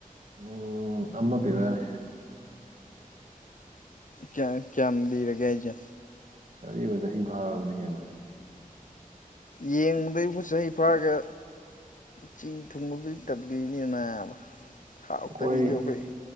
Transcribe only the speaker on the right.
ꯎꯝ ꯑꯃ ꯄꯤꯔꯣ ꯌꯥꯔꯦ
ꯑꯔꯤꯕ ꯆꯍꯤ ꯐꯥꯔꯕꯅꯤ ꯀꯩꯅ
ꯑꯩꯈꯣꯏ